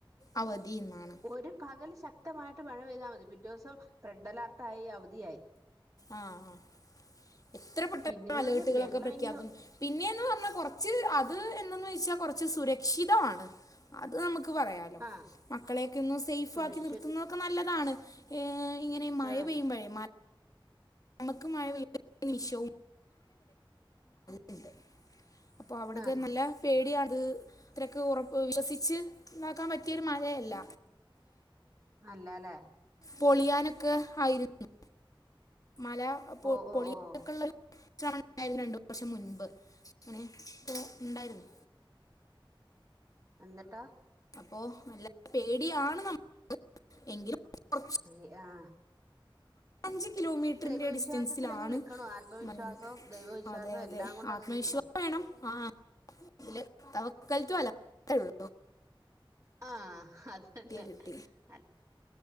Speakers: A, on the left (about 40°); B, on the right (about 35°).
A: അവധിയുമാണ്.
B: ഒരു പകല് ശക്തമായിട്ട് മഴ പെയ്താൽ മതി പിറ്റേ ദിവസം റെഡ് അലേർട്ട് ആയി അവധിയായി.
A: ആഹ് ആഹ് ഏത്ര പെട്ടന്നാ
B: പിന്നെന്ന്
A: അലേർട്ടുകളൊക്കെ
B: പറഞ്ഞാ വെള്ളം
A: പ്രഖ്യാപി
B: എങ്ങനെ
A: പിന്നെയന്ന് പറഞ്ഞാ കുറച്ച് അത് എന്തെന്ന് വെച്ചാ കുറച്ച് സുരക്ഷിതമാണ്. അത് നമുക്ക് പറയാം.
B: ആഹ്
A: മക്കളെയൊക്കെ ഒന്ന് സേഫ്
B: സുരക്ഷി
A: ആക്കി നിർത്തുന്നതൊക്കെ നല്ലതാണ് ഏഹ് ഇങ്ങനെ മഴ
B: ആഹ്
A: പെയ്യുമ്പോഴേ. നമക്കു മഴ പെയ്യുമ്പോ <unintelligible> അപ്പോ അവിടെക്കെ
B: ആഹ്
A: നല്ല പേടി അത് ഇത്രൊക്കെ ഉറപ്പ് വിശ്വസിച്ചു ഇതാക്കാൻ പറ്റിയ ഒരു മഴയല്ല.
B: അല്ലാല്ലേ?
A: പൊളിയാനൊക്കെ ആയി <unintelligible> മല പൊ
B: ഓഹ് ഓഹ്
A: പൊളിക്കാനെക്കെയുള്ള
B: ഓഹ്
A: ഒരു ശ്രമമുണ്ടായിരുന്നു രണ്ടു വർഷം മുൻപ് അങ്ങനെ <unintelligible> ഇണ്ടായിരുന്നു.
B: അന്നിട്ടോ?
A: അപ്പോ നല്ല പേടിയാണ് ന എങ്കിലും <inaudible>
B: ഈ ആഹ്
A: അഞ്ച് കിലോമീറ്റർന്റെ
B: ദൈവവിശ്വാസത്തിലങ്ങ്
A: ഡിസ്റ്റൻസിലാണ്
B: നിക്കണു ആത്മവിശ്വാസവും
A: മല
B: ദൈവവിശ്വാസവും
A: അതെ അതെ
B: എല്ലാം കൊണ്ടങ്ങ്
A: ആത്മവിശ്വാ
B: നിക്കണു
A: വേണം ആഹ് ല് തവക്കൽത്തു അലള്ള
B: ആഹ് അത് തന്നെ
A: കിട്ടി
B: അ